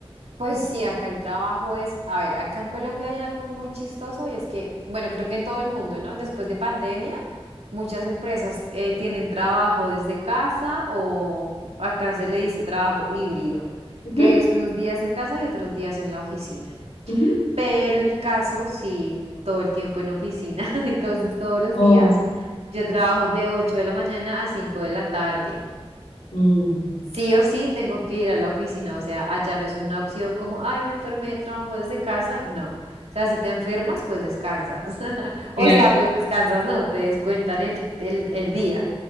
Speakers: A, on the right (about 85°); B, on the left (about 80°).
A: pues sí, acá el trabajo es, a ver, acá en Colombia hay algo muy chistoso y es que, bueno, creo que en todo el mundo, ¿no? Después de pandemia, muchas empresas eh, tienen trabajo desde casa o acá se le dice trabajo híbrido,
B: Ujú,
A: que es unos días en casa y otros días en la oficina.
B: ujú.
A: Pero en mi caso, sí, todo el tiempo en oficina, <laughs> entonces todos los
B: Oh,
A: días yo trabajo de 8 de la mañana a 5 de la tarde.
B: mm.
A: Sí o sí tengo que ir a la oficina, o sea, allá no es una opción como, ay, me enfermé, trabajo desde casa, no. O sea, si te enfermas, pues descansas. <laughs>
B: Claro,
A: O sea, pues descansas, no, te descuentan el, el, el día.